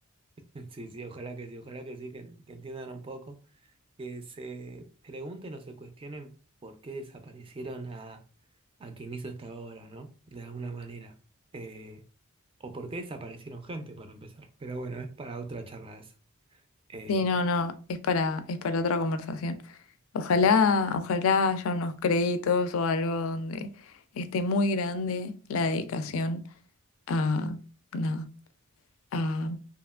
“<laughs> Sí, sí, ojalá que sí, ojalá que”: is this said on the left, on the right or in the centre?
Right